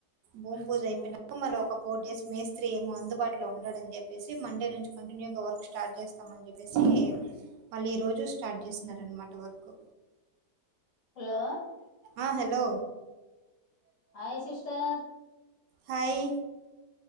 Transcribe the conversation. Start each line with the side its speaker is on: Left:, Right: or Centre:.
Right: భూమి పూజ్
Left: ఓకే
Right: అపోయినాక మళ ఒక ఒక ఫోర్ డేస్ మేస్త్రీ ఏమో అందుబాట్లో ఉండడు అని జెప్పేసీ మండే నుంచి కంటిన్యూగా వర్క్ స్టార్ట్ చేస్తామ అని జెప్పేసీ మళ్ళీ ఈ రోజు స్టార్ట్ చేస్తున్నారు అనమాటా వర్కూ
Left: హలో
Right: ఆ హలో
Left: హాయ్ సిస్టార్
Right: హయ్